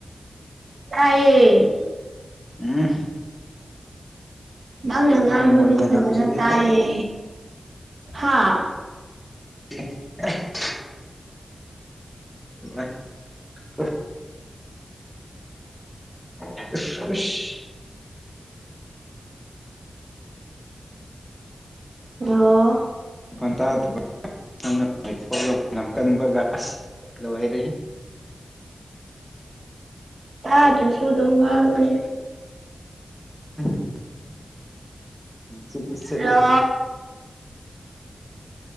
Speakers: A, on the right; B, in the centre.
A: ꯇꯥꯢꯌꯦ
B: ꯎꯝ
A: ꯅꯪꯅ
B: ꯅꯪꯒꯤ
A: ꯉꯥꯡꯕꯗꯤ
B: ꯃꯣꯏ ꯃꯅꯝꯁꯤꯗꯤ
A: ꯐꯖꯅ ꯇꯥꯏꯌꯦ ꯍꯥꯥ
B: ꯇꯤꯡ <inaudible> <inaudible> ꯉꯩ ꯎ <unintelligible> ꯎꯁ ꯎꯁ <unintelligible>
A: ꯍꯜꯂꯣ
B: ꯃꯈꯣꯟ ꯇꯥꯗꯕ <unintelligible> ꯁꯣꯝꯗ ꯄꯩꯊꯣꯛꯑꯒ ꯃꯅꯝ ꯀꯟꯕꯒ ꯑꯁ ꯂꯣꯏꯔꯦ
A: ꯇꯥꯗ꯭ꯔꯁꯨ ꯑꯗꯨꯝ ꯉꯥꯡꯕꯅꯦ
B: ꯑ <inaudible> ꯅꯨꯡꯁꯤꯠꯗꯤ ꯁꯤꯠꯂꯦꯍꯦ
A: ꯍꯜꯂꯣ